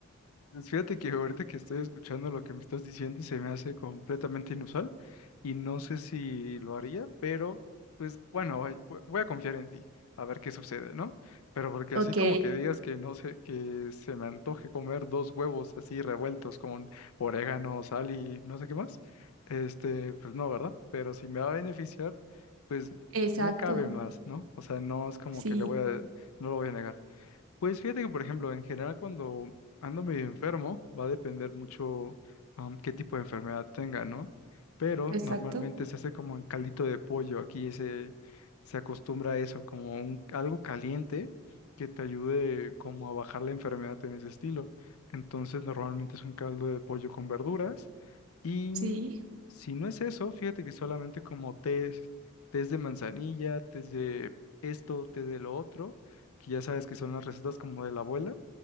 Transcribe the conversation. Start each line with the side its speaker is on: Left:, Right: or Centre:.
Left: Pues Fíjate que ahorita que estoy escuchando lo que me estás diciendo se me hace completamente inusual y no sé si lo haría, pero pues bueno, ay, vo- voy a confiar en ti, a ver qué sucede, ¿no? Pero porque
Right: Ok.
Left: así como que digas que no sé, que se me antoje comer dos huevos así revueltos con orégano, sal y no sé qué más, este, pues no, ¿verdad? Pero si me va a beneficiar, pues
Right: Exacto.
Left: no cabe más, ¿no? O sea, no es como
Right: Sí.
Left: que le voy a, no lo voy a negar. Pues fíjate que, por ejemplo, en general cuando ando medio enfermo, va a depender mucho am, qué tipo de enfermedad tenga, ¿no? Pero
Right: Exacto.
Left: normalmente se hace como el caldito de pollo, aquí se, se acostumbra a eso, como un, algo caliente que te ayude como a bajar la enfermedad en ese estilo. Entonces normalmente es un caldo de pollo con verduras y
Right: Sí.
Left: si no es eso, fíjate que solamente como tés, tés de manzanilla, tés de esto, té de lo otro que ya sabes que son las recetas como de la abuela,